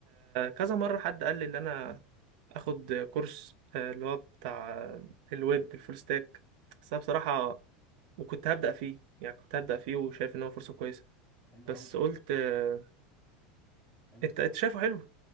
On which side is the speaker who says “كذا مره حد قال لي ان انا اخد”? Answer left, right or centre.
Right